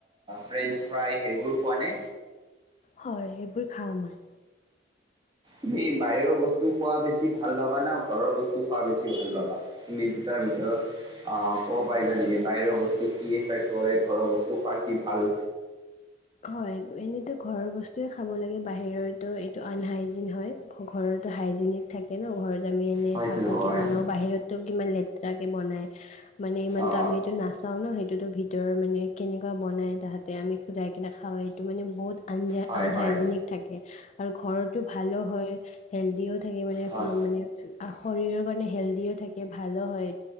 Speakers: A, on the right; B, on the left.
A: ফ্ৰেঞ্চ ফ্ৰাই সেইবোৰ খোৱা নে
B: হয় এইবোৰ খাওঁ মই
A: তুমি বাহিৰৰ বস্তু খোৱা বেছি ভাল পাবা না ঘৰৰ বস্তু খোৱা বেছি ভাল পাবা তুমি দুটাৰ ভিতৰত আঁহ কব পাৰিবা নেকি বাহিৰৰ বস্তু কি এফেক্ট কৰে ঘৰৰ বস্তু খোৱা কি ভাল
B: হয় এনেতো ঘৰৰ বস্তুৱয়ে খাব লাগে বাহিৰো এইটো আনহাইজিন হয় ঘৰতো হাইজিনিক থাকে ন ঘৰত আমি এনে
A: হয়তো
B: চাফাক
A: নহয়
B: কে বনাওঁ বাহিৰতো কিমান লেতেৰা কে বনাই মানে ইমানতো
A: অ
B: আমি এইটো নাচাওঁ ন সেইটোতো ভিত তেঁওৰ মানে কেনেকুৱা বনাই তাহাতে আমি খাওঁ সেইটো মানে বহুত আনজ
A: হয়
B: আনহাইজেনিক
A: হয়
B: থাকে আৰু ঘৰতটো ভালো হয় হেল্ডিও থাকে মানে
A: হয়
B: মানে শৰীৰৰ কাৰণে হেল্ডিও থাকে ভালো হয়